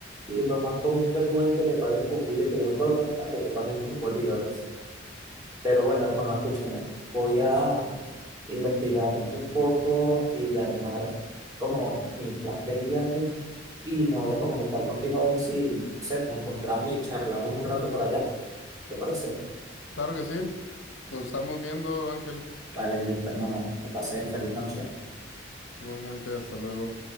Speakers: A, on the right (about 20°); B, on the left (about 75°).
A: Y lo más común que tú ves es que te paguen con un billete de un dólar a que te paguen con bolívares. Pero bueno, hermano, escúchame. Voy a investigar un poco y armar como mi plan de viaje. Y me
B: ujú,
A: voy
B: ujú.
A: a comunicar contigo a ver si, no sé, nos encontramos y charlamos un rato por allá. ¿Te parece?
B: Claro que sí. Nos estamos viendo, Ángel.
A: Vale, listo, hermano. Me pasé feliz noche.
B: Igualmente, hasta luego.